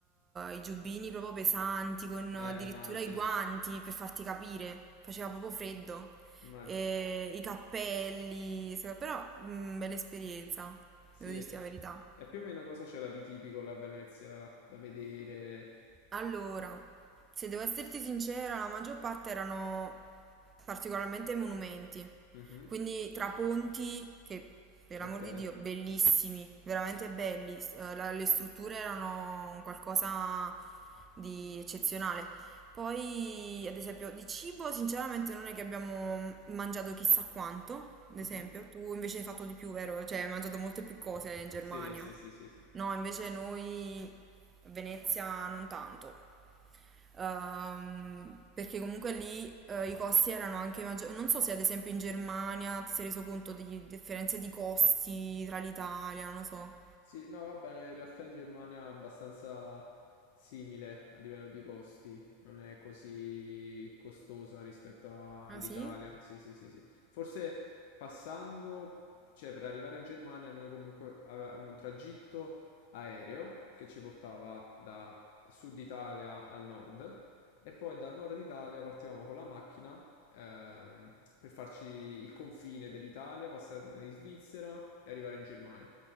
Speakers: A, on the right (about 25°); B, on the left (about 60°).
A: i giubbini proprio pesanti, con
B: Eh,
A: addirittura
B: immagino.
A: i guanti per farti capire, faceva proprio freddo.
B: Immagino.
A: E i cappelli, se- però mh, bella esperienza,
B: Sì.
A: devo dirti la verità.
B: E più o meno cosa c'era di tipico la Venezia da vedere?
A: Allora, se devo esserti sincera, la maggior parte erano particolarmente monumenti,
B: Mhm.
A: quindi tra ponti, che per
B: Ok.
A: l'amor di Dio, bellissimi, veramente belli, s- eh, la- le strutture erano un qualcosa di eccezionale. Poi, ad esempio, di cibo, sinceramente non è che abbiamo mangiato chissà quanto, ad
B: Mhm.
A: esempio, tu invece hai fatto di più, vero? Cioè, hai mangiato molte più cose in Germania.
B: Sì, sì, sì, sì, sì.
A: No, invece noi Venezia non tanto. Ehm, perché comunque lì eh, i costi erano anche maggiori. Non so se ad esempio in Germania ti sei reso conto di differenze di costi tra l'Italia, non lo so.
B: Sì, no, va bene, in realtà in Germania è abbastanza simile a livello di costi, non è così costosa rispetto all'Italia.
A: Ah sì?
B: Sì, sì, sì, sì. Forse passando, cioè per arrivare in Germania noi comunque avevamo un tragitto aereo che ci portava da sud Italia al nord e poi dal nord Italia partivamo con la macchina ehm, per farci il confine dell'Italia, passare in Svizzera e arrivare in Germania